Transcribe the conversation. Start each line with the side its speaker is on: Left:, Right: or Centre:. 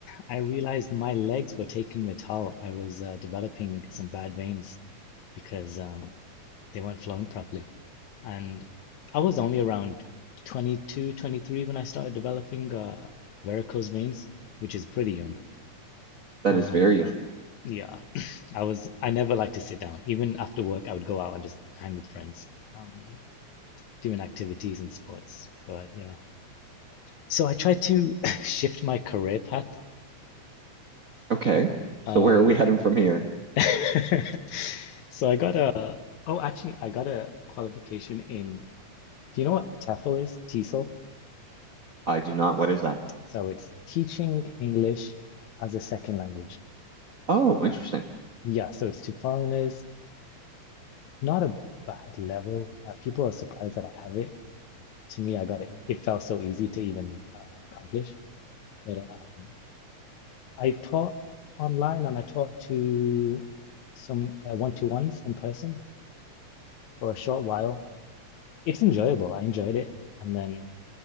Left: I realized my legs were taking the toll. I was uh, developing some bad veins because um, they weren't flowing properly. And I was only around 22, 23 when I started developing uh, varicose veins, which is pretty young.
Right: That
Left: Um,
Right: is very young.
Left: yeah, I was, I never liked to sit down. Even after work, I would go out and just hang with friends, um, doing activities and sports. But yeah, so I tried to <laughs> shift my career path
Right: Okay.
Left: Um,
Right: So where are we heading from here?
Left: <laughs> so I got a, oh, actually, I got a qualification in, do you know what TEFL is? TESOL.
Right: I do not. What is that?
Left: So it's teaching English as a second language.
Right: Oh,
Left: Uh,
Right: interesting.
Left: yeah, so it's to foreigners, not a bad level. Uh, people are surprised that I have it. To me, I got it. It felt so easy to even uh, accomplish. But um, I taught online and I taught to some uh, one-to-ones in person for a short while. It's enjoyable. I enjoyed it. And then